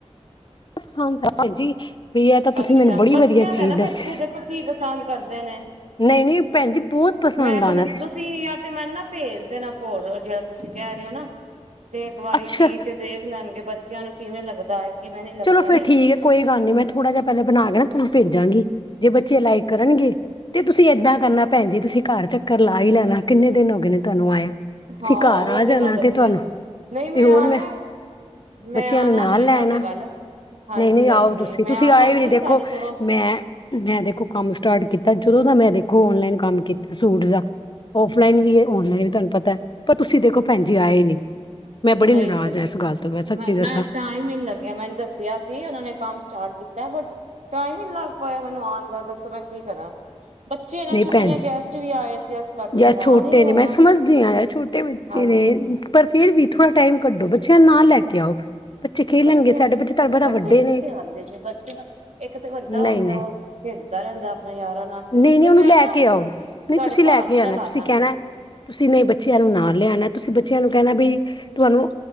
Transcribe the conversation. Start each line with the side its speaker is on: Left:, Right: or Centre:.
Left: ੁਕਸਾਨ ਜੀ ਵੀ ਇਹ ਤਾਂ ਤੁਸੀਂ
Right: ਅੱਛਾ
Left: ਮੈਨੂੰ ਬੜੀ
Right: ਬੱਚਿਆਂ
Left: ਵਧੀਆ ਚੀਜ਼
Right: ਦਾ ਨਾ ਬੱਚੇ
Left: ਦੱਸ
Right: ਦੇਖੋ ਕੀ ਪਸੰਦ ਕਰਦੇ ਨੇ
Left: ਨਹੀਂ ਨਹੀਂ ਭੈਣ ਜੀ ਬਹੁਤ ਪਸੰਦ
Right: ਮੈਂ ਬ
Left: ਆਣਾ
Right: ਤੁਸੀਂ ਜਾਂ ਤੇ ਮੈਨੂੰ ਨਾ ਭੇਜ ਦੇਣਾ ਭੋਲ ਜਿਹੜਾ ਤੁਸੀਂ ਕਹਿ ਰਹੇ ਹੋ ਨਾ ਤੇ ਇੱਕ ਵਾਰੀ
Left: ਅੱਛਾ
Right: ਪੀ ਕੇ ਦੇਖ ਲੈਣਗੇ ਬੱਚੇ ਬੱਚਿਆਂ ਨੂੰ ਕਿਵੇਂ ਲੱਗਦਾ ਹੈ ਕਿਵੇਂ ਨਹੀਂ ਲੱਗਦਾ
Left: ਚਲੋ ਫਿਰ
Right: ਨਹੀਂ
Left: ਠੀਕ ਕੋਈ ਗੱਲ ਨੀ ਮੈਂ ਥੋੜਾ ਜਿਹਾ ਪਹਿਲਾਂ ਬਣਾ ਕੇ ਨਾ ਤਾਨੂੰ ਭੇਜਾਂਗੀ ਜੇ ਬੱਚੇ ਲਾਈਕ ਕਰਨਗੇ ਤੇ ਤੁਸੀਂ ਇਦਾਂ ਕਰਨਾ ਭੈਣ ਜੀ ਤੁਸੀਂ ਘਰ ਚੱਕਰ ਲਾ ਹੀ ਲੈਣਾ ਕਿੰਨੇ ਦਿਨ ਹੋ ਗਏ ਨੇ ਤੁਹਾਨੂੰ ਆਇਆ ਤੁਸੀਂ
Right: ਹਾਂ
Left: ਘਰ
Right: ਉਹ
Left: ਆ ਜਾਣਾ
Right: ਤੇ ਗੱਲ ਹੈਗੀ
Left: ਤੁਹਾਨੂੰ
Right: ਹੈ ਨਹੀਂ ਮੈਂ
Left: ਤੇ ਹੋਰ
Right: ਆਣਾ ਮੈਂ
Left: ਬੱਚਿਆਂ
Right: ਆਣਾ
Left: ਨੂੰ ਨਾਲ
Right: ਵੀ
Left: ਲੈ
Right: ਤੁਹਾਡੇ
Left: ਆਣਾ
Right: ਵੱਲ ਹਾਂਜੀ-ਹਾਂਜੀ
Left: ਨਹੀਂ ਨਹੀਂ ਆਓ ਤੁਸੀਂ
Right: ਮੈਂ
Left: ਤੁਸੀਂ
Right: ਆਵਾਂਗੀ
Left: ਆਏ ਵੀ ਨਹੀਂ ਦੇਖੋ
Right: ਸਾਡੀ ਸਗੋਂ
Left: ਮੈਂ ਮੈਂ ਦੇਖੋ ਕੰਮ ਸਟਾਰਟ ਕੀਤਾ ਜਦੋਂ ਦਾ ਮੈਂ ਦੇਖੋ ਦੇੋ ਔਨਲਾਈਨ ਕੰਮ ਕੀਤਾ ਸੂਟ ਦਾ ਫਲਾਈਨ ਵੀ ਹੈ ਔਨਲਾਈਨ ਵੀ ਤੁਹਾਨੂੰ ਪਤਾ ਹੈ ਪਰ ਤੁਸੀਂ ਦੇਖੋ ਭੈਣਜੀ ਆਏ ਹੀ ਨਹੀਂ ਮੈਂ ਬੜੀ
Right: ਨਹੀਂ
Left: ਨਾਰਾਜ਼
Right: ਸੱਚੀ
Left: ਹਾਂ ਇਸ
Right: ਸੱਚ
Left: ਗੱਲ ਤੋਂ ਸੱਚੀ
Right: ਮੈਂ ਨਾ
Left: ਦੱਸਾਂ
Right: ਟਾਈਮ ਹੀ ਨੀ ਲੱਗਿਆ ਮੈਨੂੰ ਦੱਸ ਸੀ ਉਹ ਨੇ ਕੰਮ ਸਟਾਰਟ ਕੀਤਾ ਬ ਟਾਈਮ ਸੀ ਹੀ ਲੱਗ ਪਾਇਆ ਮੈਨੂੰ ਆਉਣ ਦਾ ਦੱਸੋ ਮੈਂ ਕੀ ਕਰਾਂ ਬੱਚੇ ਨਾ
Left: ਨਹੀਂ
Right: ਛੁੱਟੀਆਂ
Left: ਭੈਣ
Right: ਗੈਸਟ ਵੀ ਆਏ ਸੀ ਇਸ ਕਰਕੇ
Left: ਜਾਂ
Right: ਮੇਰਾ
Left: ਛੋਟੇ
Right: ਆਣ ਹੀ ਨੀ
Left: ਨੇ
Right: ਹੋਇਆ
Left: ਮੈਂ ਸਮਝਦੀ ਹਾਂ ਯ ਛੋਟੇ ਬੱਚੇ
Right: ਹਾਂਜੀ।
Left: ਨੇ ਪਰ ਫਿਰ ਵੀ ਥੋੜਾ ਟਾਈਮ ਕੱਢੋ ਬੱਚਿਆਂ ਨਾਲ ਲੈ ਕੇ ਆਓ ਖੇਲਣਗੇ
Right: ਬੱਚੇ
Left: ਸਾਡੇ ਤੁਹਾਨੂੰ ਪਤਾ
Right: ਬੱਚੇ
Left: ਵੱਡੇ
Right: ਕਿੱਥੇ
Left: ਨੇ
Right: ਆਉਦੇ ਸੀ ਬੱਚੇ ਇੱਕ ਤੇ ਵੱਡਾ
Left: ਨਹੀਂ
Right: ਹੋ ਗਿਆ
Left: ਨਹੀਂ
Right: ਉਹ ਖੇਡਦਾ ਰਹਿੰਦਾ ਆਪਣੇ ਯਾਰਾਂ ਨਾਲ
Left: ਨਹੀਂ ਨਹੀਂ
Right: ਮੈਂ
Left: ਲੈ
Right: ਨਾ
Left: ਕੇ ਆਓ ਨਹੀਂ
Right: ਤੁਹਾਡੇ
Left: ਤੁਸੀਂ ਲੈ
Right: ਭਾਜੀ
Left: ਕੇ ਆਉਣਾ
Right: ਨਾਲ
Left: ਤੁਸੀਂ
Right: ਆ ਜਾਂਗੀ
Left: ਕਹਿਣਾ ਤੁਸੀਂ ਨਹੀਂ ਬੱਚਿਆਂ ਨੂੰ ਨਾ ਲਿਆਉਣਾ ਤੁਸੀਂ ਬੱਚਿਆਂ ਨੂੰ ਕਹਿਣਾ ਬਈ ਤੁਹਾਨੂੰ